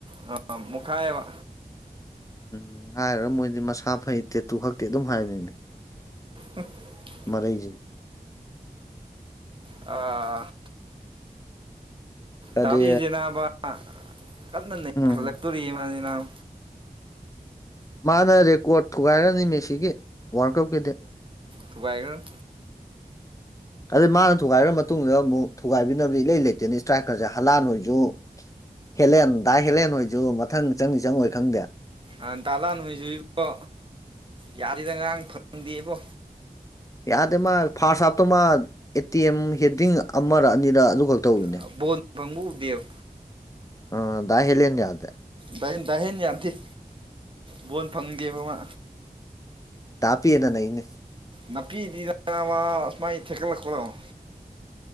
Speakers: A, on the right; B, on the left.
A: ꯑꯥ ꯃꯨꯛꯈꯥꯏꯑꯦꯕ
B: ꯎꯪ ꯍꯥꯏꯔꯨꯔꯒ ꯃꯣꯏꯗꯤ ꯃꯁꯥ ꯐꯩ ꯇꯦꯇꯨ ꯍꯛꯇꯦ ꯑꯗꯨꯝ ꯍꯥꯏꯕꯅꯤꯅꯦ
A: INAUDIBLE
B: ꯃꯔꯩ ꯖꯦ
A: ꯑꯥꯑꯥꯑꯥ
B: ꯑꯗꯤ
A: ꯗꯥꯕꯤꯖꯦ ꯅꯥꯕ ꯀꯟꯅ ꯅꯩꯈꯠꯂꯛꯇꯣꯔꯤ
B: ꯎꯝ
A: ꯃꯥꯖꯤꯅꯥꯕ
B: ꯃꯥꯅꯔꯦꯀꯣꯔꯠ ꯊꯨꯒꯥꯏꯔꯅꯤ ꯃꯦꯁꯤꯒꯤ ꯋꯥꯔꯜ ꯀꯞꯀꯤꯗꯤ
A: ꯊꯨꯒꯥꯏꯒ꯭ꯔ
B: ꯑꯗꯨꯗꯤ ꯃꯥꯅ ꯊꯨꯒꯥꯏꯒ꯭ꯔ ꯃꯇꯨꯡꯗ ꯑꯃꯨꯛ ꯊꯨꯒꯥꯏꯕꯤꯅꯕ ꯏꯂꯩ-ꯂꯩꯇꯦꯅ ꯏꯁꯇ꯭ꯔꯥꯏꯀꯔꯖꯦ ꯍꯂꯥꯟꯍꫭꯏꯖꯨ ꯍꯦꯂꯦꯟ ꯗꯥ ꯍꯦꯂꯦꯟ ꯍꯣꯏꯖꯨ ꯃꯊꯪ ꯆꯪꯅꯤ ꯆꯪꯉꯣꯏ ꯈꯪꯗꯦ
A: ꯑꯥ ꯗꯥꯂꯥꯟ ꯍꫭꯏꯖꯨ ꯏꯕꯣ ꯌꯥꯗꯦꯗ ꯉꯔꯥꯡ ꯐꯪꯗꯦꯏꯕꯣ
B: ꯌꯥꯗꯦ ꯃꯥ ꯐꯥꯔꯠꯁ ꯍꯥꯞꯇꯣ ꯃꯥ ꯑꯦꯇꯤꯑꯦꯝ ꯍꯦꯗꯤꯡ ꯑꯃꯔ ꯑꯅꯤꯔ ꯑꯗꯨ ꯈꯛ ꯇꯧꯕꯅꯦ
A: ꯑꯥ ꯕꯣꯜ ꯐꯪꯕ ꯎꯗꯦꯕ
B: ꯑꯥꯑ ꯗꯥ ꯍꯦꯂꯦꯟ ꯌꯥꯗꯦ
A: ꯗꯥ ꯗꯥꯍꯦꯟ ꯌꯥꯗꯦ ꯕꯣꯜ ꯐꯪꯗꯦꯕ ꯃꯥ
B: ꯗꯥꯄꯦꯅ ꯅꯩꯅꯦ
A: ꯅꯥꯄꯤꯗꯤ ꯅꯥꯕ ꯃꯥꯏ ꯊꯦꯛꯀꯠꯂꯛꯄꯗꯣ